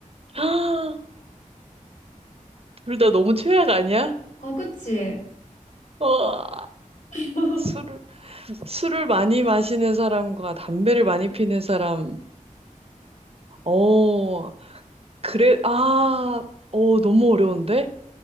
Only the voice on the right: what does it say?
<gasps> 둘 다 너무 최악 아니야?
와,
술을, 술을 많이 마시는 사람과 담배를 많이 피는 사람. 어, 그래, 아, 어, 너무 어려운데?